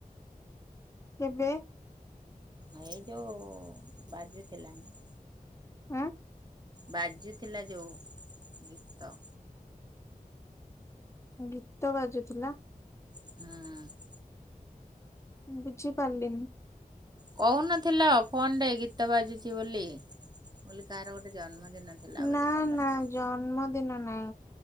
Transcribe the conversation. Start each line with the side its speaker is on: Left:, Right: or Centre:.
Left: କେବେ?
Right: ଏଇ ଯଉ ବାଜୁ ଥିଲାମ।
Left: ଆଁ
Right: ବାଜୁ ଥିଲା ଯଉ ଗୀତ।
Left: ଗୀତ ବାଜୁ ଥିଲା।
Right: ହୁଁ।
Left: ବୁଝି ପାର୍ଲିନି।
Right: କହୁ ନଥିଲ ଫୋନ୍‌ ରେ ଗୀତ ବାଜୁଚି ବୋଲି? କାହାର ଗୋଟେ ଜନ୍ମଦିନ। ଥିଲା ବୋଧେ
Left: ନା
Right: କଲୋନୀରେ
Left: ନା, ଜନ୍ମ ଦିନ ନାଇଁ।